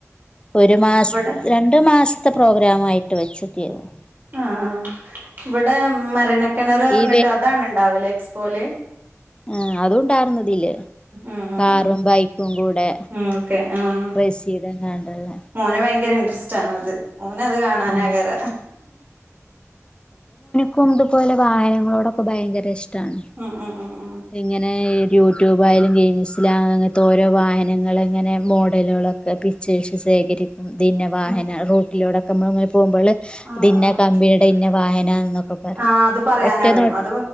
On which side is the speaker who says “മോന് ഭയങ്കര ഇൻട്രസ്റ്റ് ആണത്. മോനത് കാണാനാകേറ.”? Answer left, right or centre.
Right